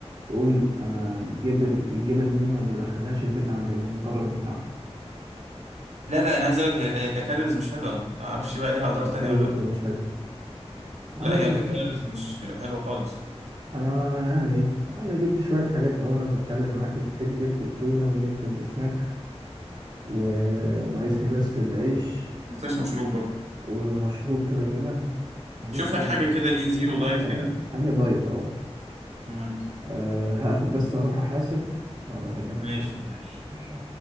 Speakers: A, on the right; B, on the right.
A: تقول انا الجبن الجبن دي ما بدخلهاش البيت عندي من الضرر بتاعها
B: لا لا انا عايز اقول لك هي هي ككالوريز مش حلوه ما اعرفش بقى ليها اضرار
A: الجهاز
B: تانية ولا
A: برضه
B: لا
A: مش حلو عامة
B: لا هي ككالوريز مش حلوه خالص
A: انا يعني إيه، انا جبت شوية حاجات اهو انا بتكلم معاك لفيت جبت التونة وجبت السناكس وناقصني بس العيش
B: ما تنساش مشروب برضه
A: والمشروب كده كده هجيب
B: شوف
A: صودا
B: لك حاجه
A: بقى.
B: كده ايه زيرو
A: هجيب حاجة
B: دايت كده
A: حاجة دايت اه
B: مم.
A: آه، هقفل بس اروح احاسب وابقى اكلمك
B: ماشي
A: تاني
B: ماشي
A: ماشي